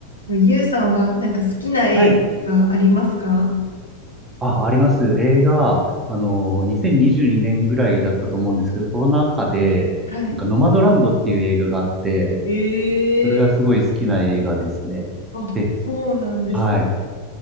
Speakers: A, on the left; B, on the right.
A: でもゆうさんはなんか好きな映画がありますか
B: はい。あ、あります。映画、あの、2022年ぐらいだったと思うんですけど、コロナ禍で、
A: はい。
B: なんか、ノマドランドっていう映画があって、
A: ええ
B: それがすごい好きな映画ですね。
A: あ、
B: で、
A: そうなんです。
B: はい。